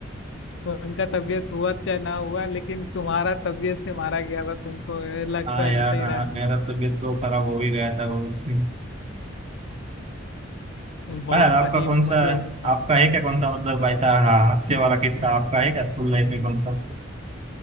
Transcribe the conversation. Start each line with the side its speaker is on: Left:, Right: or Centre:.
Left: उनका तबीयत हुआ चाहे ना हुआ लेकिन तुम्हारा तबीयत से मारा गया था तुमको ये लगता
Right: हाँ
Left: है
Right: यार
Left: ऐसा ही
Right: हाँ
Left: रहा
Right: मेरा तबीयत तो खराब हो ही गया था वो उसमें
Left: है बहुत
Right: हाँ यार आपका
Left: फनी
Right: कौन सा
Left: मतलब
Right: है
Left: वो था
Right: आपका है क्या कौन सा मतलब ऐसा हाँ हास्य वाला किस्सा आपका है क्या स्कूल लाइफ में कौन सा